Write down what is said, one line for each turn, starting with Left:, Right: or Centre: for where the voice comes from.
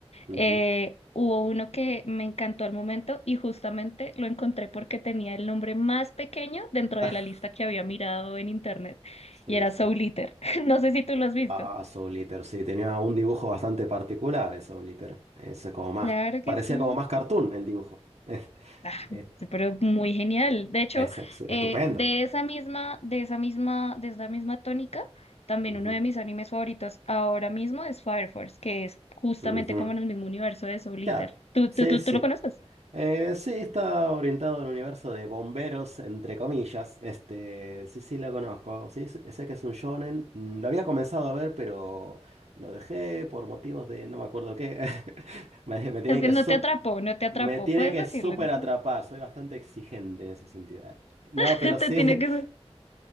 Right: Ujú.
Left: Eh, hubo uno que me encantó al momento y justamente lo encontré porque tenía el nombre más pequeño dentro
Right: <laughs>
Left: de la lista que había mirado en internet
Right: Sí,
Left: y era
Right: sí.
Left: Soul Eater. <laughs> No sé si tú lo has visto.
Right: Ah, Soul Eater, sí, tenía un dibujo bastante particular, ese Soul Eater. Ese como más,
Left: Claro
Right: parecía
Left: que sí.
Right: como más cartoon el dibujo. <laughs> Es,
Left: Ah,
Right: es-
Left: pero muy genial. De hecho,
Right: es ex- estupendo.
Left: eh, de esa misma, de esa misma, de esa misma tónica, también
Right: Ujú,
Left: uno de mis animes favoritos ahora mismo es Fire Force, que es justamente
Right: ujú.
Left: como en el mismo universo de Soul
Right: Ya,
Left: Eater. ¿Tú,
Right: sí,
Left: tú, tú,
Right: sí.
Left: tú lo conoces?
Right: Eh, sí, está orientado al universo de bomberos, entre comillas. Este, sí, sí, lo conozco. Sí, sé sé que es un shonen. Mm, Lo había comenzado a ver, pero lo dejé por motivos de no me acuerdo qué. <laughs> Me, me tienen
Left: Es que
Right: que
Left: no
Right: sub
Left: te atrapó, no te atrapó.
Right: Me tiene
Left: Puedes
Right: que
Left: decirlo,
Right: súper
Left: ¿no?
Right: atrapar, soy bastante exigente en ese sentido. eh. No,
Left: <laughs>
Right: pero sí,
Left: Te tiene
Right: <laughs>
Left: que ser.